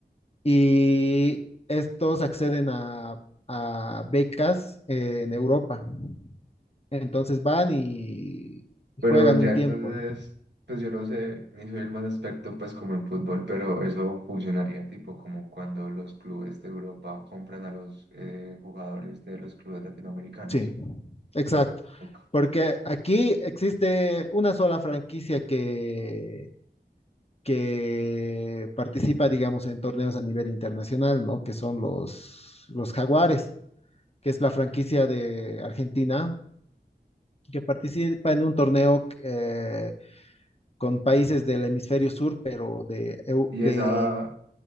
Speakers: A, on the left; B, on the right.
A: y estos acceden a, a becas eh, en Europa. Entonces van y, y
B: Pero
A: juegan
B: ya
A: un
B: entonces,
A: tiempo, ¿no?
B: pues yo no sé, ni soy el más experto pues como en fútbol, pero eso funcionaría tipo como cuando los clubes de Europa compran a los eh, jugadores de los clubes latinoamericanos.
A: Sí, exacto.
B: Ok.
A: Porque aquí existe una sola franquicia que, que participa, digamos, en torneos a nivel internacional, ¿no? Que son los, los Jaguares, que es la franquicia de Argentina, que participa en un torneo eh, con países del hemisferio sur, pero de, eu-
B: Y
A: de
B: esa,